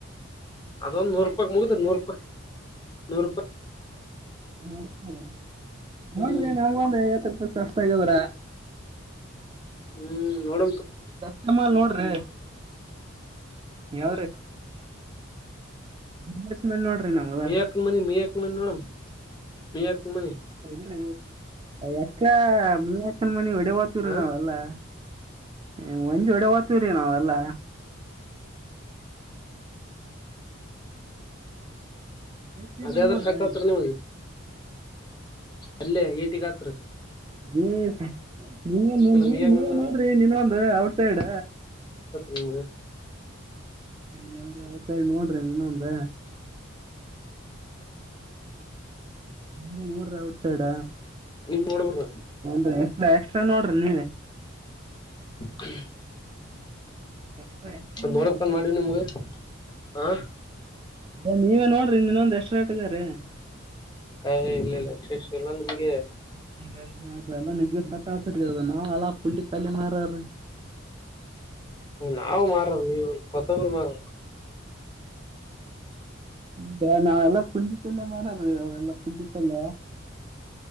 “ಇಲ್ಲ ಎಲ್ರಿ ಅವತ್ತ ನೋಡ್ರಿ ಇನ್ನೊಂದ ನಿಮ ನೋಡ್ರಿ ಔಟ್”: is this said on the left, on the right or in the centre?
Right